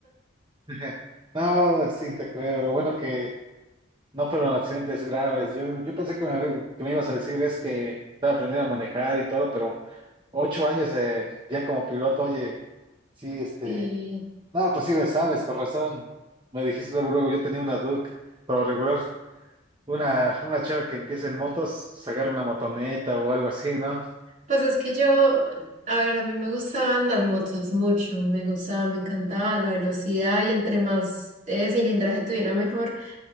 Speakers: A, on the right; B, on the right.
A: <laughs> No, sí te creo. Lo bueno que no fueron accidentes graves. Yo, yo pensé que me, hab- que me ibas a decir es que estaba aprendiendo a manejar y todo, pero ocho años eh, ya como piloto, oye, sí, este,
B: Y...
A: no, pues sí le sabes, con razón. Me dijiste luego, luego, yo tenía una Duke, pero regular, una, una chava que empieza en motos, se agarra una motoneta o algo así, ¿no?
B: Pues es que yo, a ver, a mí me gustaban las motos mucho, me gustaba, me encantaba la velocidad y entre más eh, cilindraje tuviera mejor.